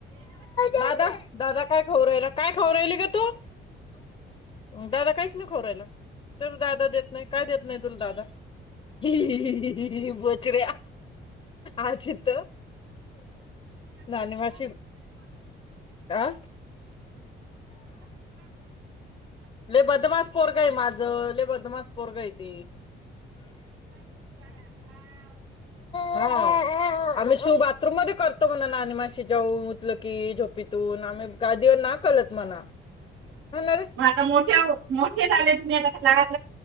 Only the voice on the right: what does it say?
आता मोठ्या होतं मोठे झाले तुम्ही आता